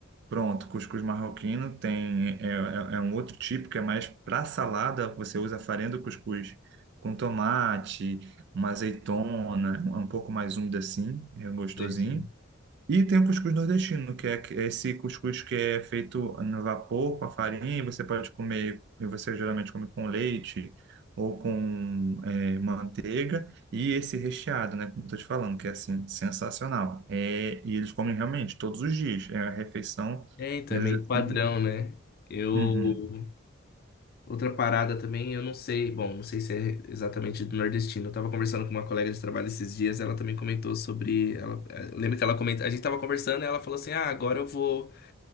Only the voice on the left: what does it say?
Sei, sei.
É, então,
é meio
padrão, né? Eu.
Outra parada também, eu não sei, bom, não sei se é exatamente do nordestino. Eu tava conversando com uma colega de trabalho esses dias, ela também comentou sobre, ela, eh, eu lembro que ela comentou, a gente tava conversando e ela falou assim: "Ah, agora eu vou,